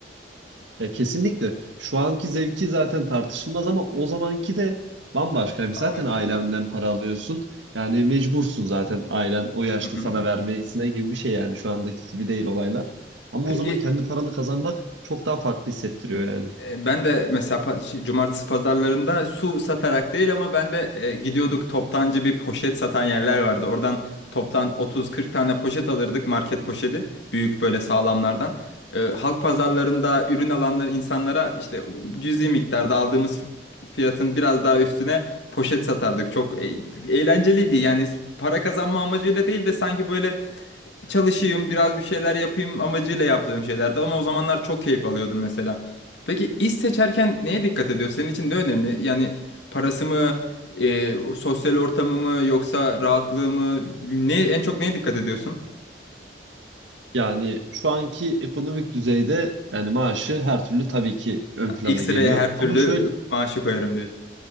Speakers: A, on the right; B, on the left.
A: Ya kesinlikle şu anki zevki zaten tartışılmaz ama o zamanki de bambaşka. Yani zaten
B: Bambaşka.
A: ailenden para alıyorsun. Yani mecbursun zaten ailen o yaşta
B: Hı hı.
A: sana vermesine gibi bir şey yani şu andaki gibi değil olaylar. Ama
B: Peki
A: o zaman kendi paranı kazanmak çok daha farklı hissettiriyor yani.
B: E, Ben de mesela pa- şey, cumartesi pazarlarında su satarak değil ama ben de e, gidiyorduk toptancı bir poşet satan yerler vardı. Oradan toptan 30-40 tane poşet alırdık market poşeti büyük böyle sağlamlardan. E, halk pazarlarında ürün alanlar insanlara işte cüzi miktarda aldığımız fiyatın biraz daha üstüne poşet satardık. Çok e, eğlenceliydi yani para kazanma amacıyla değil de sanki böyle çalışayım, biraz bir şeyler yapayım amacıyla yaptığım şeylerdi ama o zamanlar çok keyif alıyordum mesela. Peki iş seçerken neye dikkat ediyor? Senin için de önemli. Yani parası mı, e, sosyal ortamı mı yoksa rahatlığı mı? Ne, en çok neye dikkat ediyorsun?
A: Yani şu anki ekonomik düzeyde yani maaşı her türlü tabii ki ön plana
B: İlk sıraya
A: geliyor.
B: her türlü
A: Ama şöyle
B: maaşı koyarım